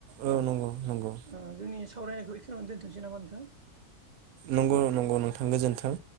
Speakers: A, on the right (about 80°); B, on the right (about 45°).
A: औ नंगौ नंगौ
B: ओ जोंनि सावरायनायखौ बेखौनो दोनथोंसै जेनिबा नोंथां
A: नंगौ नंगौ औ नोंथां गोजोन्थों